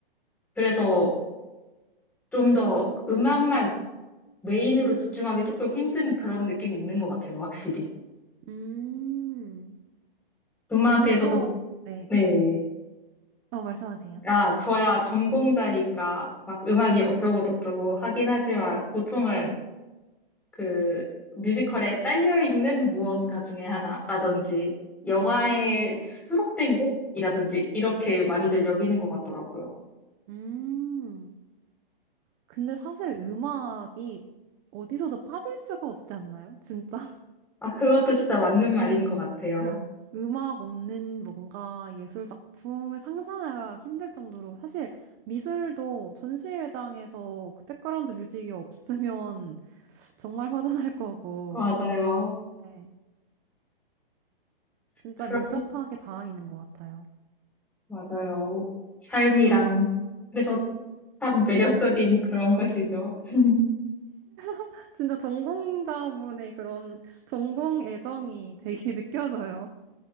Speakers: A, in the centre; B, on the right.
A: 그래서 좀 더 음악만 메인으로 집중하기 조금 힘든 그런 느낌이 있는 것 같아요, 확실히.
B: 음,
A: 음악에서도,
B: 근데 또, 네.
A: 네.
B: 어, 말씀하세요.
A: 아, 저야 전공자니까 막 음악이
B: 네.
A: 어쩌고 저쩌고 하긴 하지만 보통은 그 뮤지컬에 딸려 있는 무언가 중에 하나라든지 영화에
B: 음,
A: 수록된 곡이라든지 이렇게 많이들 여기는 것 같더라고요.
B: 음. 근데 사실 음악이 어디서도 빠질 수가 없지 않나요? 진짜.
A: 아, 그것도 진짜 맞는 말인 것 같아요.
B: <laughs> 네. 음악 없는 뭔가 예술 작품을 상상하기가 힘들 정도로 사실 미술도 전시회장에서 그 백그라운드 뮤직이 없으면 <laughs> 정말 허전할 거고.
A: 맞아요.
B: 네. 진짜
A: 그
B: 밀접하게 닿아 있는 것 같아요.
A: 맞아요. 삶이랑. 그래서 참 매력적인 그런 것이죠. <laughs>
B: <laughs> 진짜 전공자분의 그런 전공 애정이 되게 <laughs> 느껴져요.